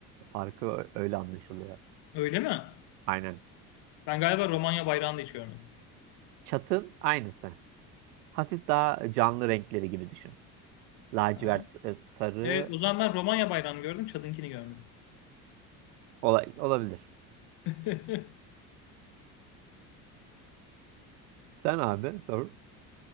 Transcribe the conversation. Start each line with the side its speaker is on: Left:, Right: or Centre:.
Right: farkı ö- öyle anlaşılıyor.
Left: Öyle mi?
Right: Aynen.
Left: Ben galiba Romanya bayrağını da hiç görmedim.
Right: Çatın aynısı. Hafif daha canlı renkleri gibi düşün. Lacivert,
Left: Ha.
Right: e, sarı
Left: Evet o zaman ben Romanya bayrağını gördüm Çad'ınkini görmedim.
Right: ola- olabilir.
Left: <laughs>
Right: Sen abi sor.